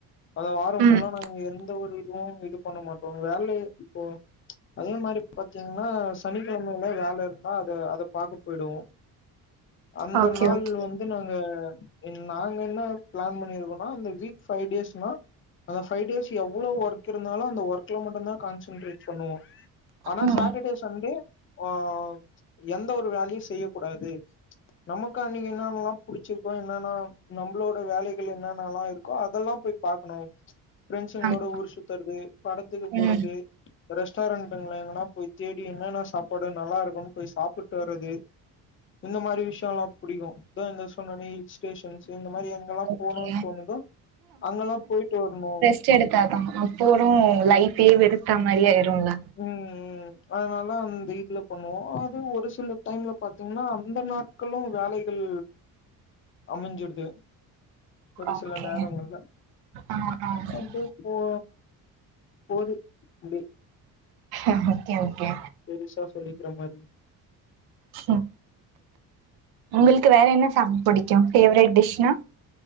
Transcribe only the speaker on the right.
ம்
ஓகே
ஓகே
ம்
ஆமா
ம்
ஓகே
ச்சு எடுத்தா தா அப்புறோ லைஃப்பே வெறுத்தா மாரி ஆயிருல
ஓகே
ஆ ஆ
ஆஹ ஓகே- ஓகே
ஸ்னோ ஒங்களுக்கு வேற என்ன சாப்ட பிடிக்கும் ஃபேவரெட் டிஷ்னா